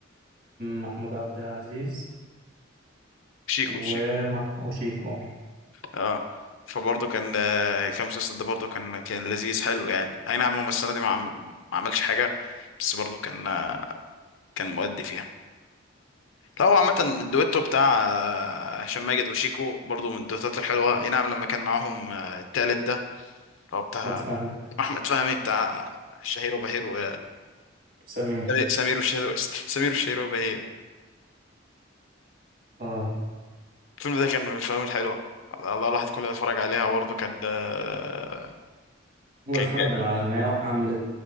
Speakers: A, on the right; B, on the left.
A: محمود عبد العزيز
B: شيكو
A: ومع
B: شيكو
A: وشيكو أحمد
B: اه فبرضه كان آه، كان المسلسل ده برضه كان كان لذيذ حلو يعني اي نعم هو السنة دي ما عم- ما عملش حاجة بس برضه كان آه، كان مؤدي فيها لا هو عامة الدويتو بتاع آه، هشام ماجد وشيكو برضو من الدويتات الحلوة اي نعم لما كان معاهم آه، التالت ده اللي هو بتاع
A: فهمي
B: أحمد فهمي بتاع آه، شهير وبهير و-
A: سمير
B: سمير وشهير سمير وشهير وبهير
A: اه
B: الفيلم ده كان من الأفلام الحلوة الله الواحد كله يتفرج عليها برضه كان آه،
A: والحرب
B: كان جاي.
A: العالمية وحملة